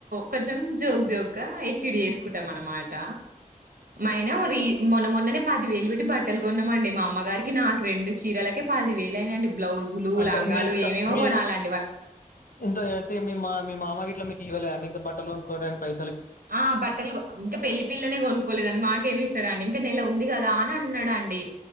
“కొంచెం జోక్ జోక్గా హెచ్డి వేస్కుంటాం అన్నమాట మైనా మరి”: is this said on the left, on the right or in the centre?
Right